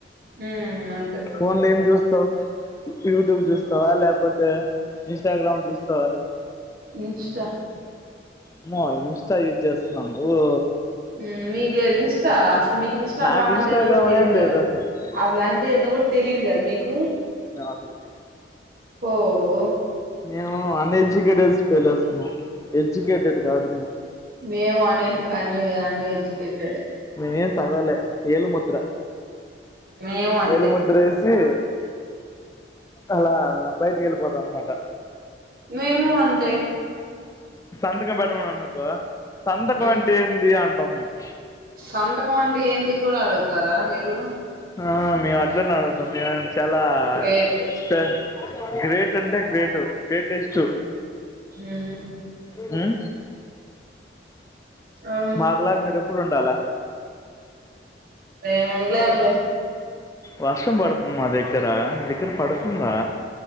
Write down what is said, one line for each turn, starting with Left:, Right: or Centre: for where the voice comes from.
Right: ఉమ్ అంతే
Left: ఫోన్ లో ఏం చేస్తావ్ యూట్యూబ్ చూస్తావా లేకపోతే ఇన్స్టాగ్రామ్ చూస్తావా
Right: ఇన్స్టి
Left: అమ్మో ఇన్స్టా యూజ్ చేస్తున్నవా నువ్వు
Right: మ్ మీకు లేద్ ఇన్స్టా మీకు ఇన్స్టాగ్రామ్
Left: నాకు ఇన్స్టాగ్రామ్
Right: అంటే ఎందో గూడ తెలీదు
Left: ఏం లేదు
Right: గదా
Left: అసలుకి
Right: అసలు అంటే ఎందో గూడ తెలిదు గద మీకు
Left: అసలికి
Right: ఓఓ
Left: మేము అనేడ్యుకేటెడ్ ఫెలోస్ మెము ఎడ్యుకేటెడ్ గాదు మేము
Right: మేము అనే అన్ అనేడ్యుకేటెడే
Left: మెము ఏం సదవలే ఏలి ముద్ర
Right: మేము అంతే
Left: ఏలి ముద్ర ఎసీ అలా బయటికి ఎళ్ళిపోతం అనమాట
Right: మేము అంతే
Left: సంతకం పెట్టమనరానుకో సంతకం
Right: మ్
Left: అంటే ఏంది అంటాం మేము
Right: సంతకం అంటే ఏంటి కూడా అడుగుతారా మీరు
Left: ఆహ మేము అట్లనే అడుగుతాం మేము చాలా
Right: గ్రేట్
Left: <inaudible> గ్రేట్ అంటే గ్రేట్ గ్రేటెస్ట్
Right: మ్మ్
Left: మ్
Right: అవును
Left: మాకులా మీరు ఎప్పుడు ఉండాలా
Right: మేం ఏయలేంలే
Left: వర్షం పడుతుంది మా దగ్గరా మీ దగ్గర పడుతుందా